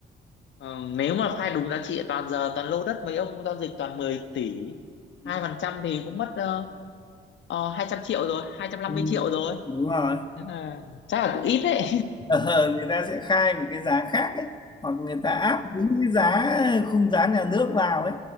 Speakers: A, on the left (about 70°); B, on the left (about 20°).
A: ờ, nếu mà khai đúng giá trị toàn giờ toàn lô đất mấy ông giao dịch toàn mười tỷ
B: Ừ.
A: hai phần trăm thì cũng mất ờ, ờ, 200 triệu rồi hai trăm năm
B: Ừ,
A: mươi triệu rồi
B: Đúng rồi.
A: thế là chắc là cũng ít đấy
B: Ờ, người ta sẽ khai một cái giá khác ấy hoặc người ta áp đúng cái giá khung giá nhà nước vào ấy